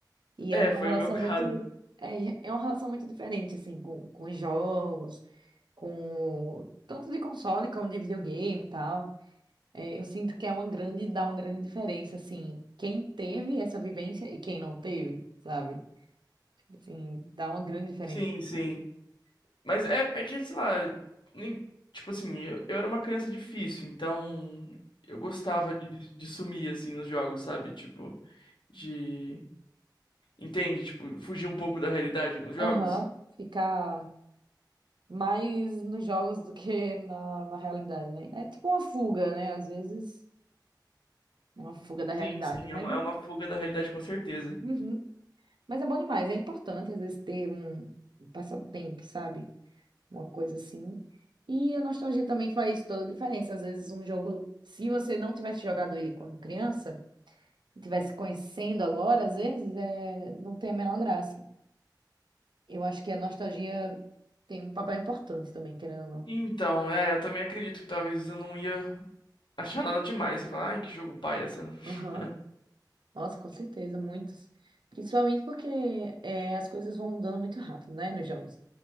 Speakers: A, on the right (about 75°); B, on the left (about 85°).
A: E
B: É,
A: é uma
B: foi
A: relação
B: o meu <laughs> caso.
A: muito. É, é uma relação muito diferente, assim, com, com os jogos, com. Tanto de console como de videogame e tal. É, eu sinto que é uma grande, dá uma grande diferença, assim, quem teve essa vivência e quem não teve, sabe? Tipo Assim, dá uma grande diferença.
B: Sim, sim. Mas é, é que, sei lá, nem, tipo assim, eu, eu era uma criança difícil, então eu gostava de, de sumir, assim, nos jogos, sabe? Tipo, de. Entende? Tipo, fugir um pouco da realidade com os jogos?
A: Aham, ficar mais nos jogos do que na, na realidade, né? É tipo uma fuga, né? Às vezes, uma fuga da realidade,
B: Sim, sim, é
A: mas
B: uma,
A: é,
B: é uma fuga da realidade, com certeza.
A: Uhum. Mas é bom demais. É importante, às vezes, ter um passatempo, sabe? Uma coisa assim. E a nostalgia também faz toda a diferença. Às vezes, um jogo, se você não tivesse jogado ele quando criança, e tivesse conhecendo agora, às vezes, é, não tem a menor graça. Eu acho que a nostalgia tem um papel importante também, querendo ou não.
B: Então, é, eu também acredito que talvez eu não ia achar nada demais e falar, ai, que jogo pai essa.
A: Aham.
B: <laughs>
A: Nossa, com certeza, muitos. Principalmente porque é, as coisas vão mudando muito rápido, né, nos jogos.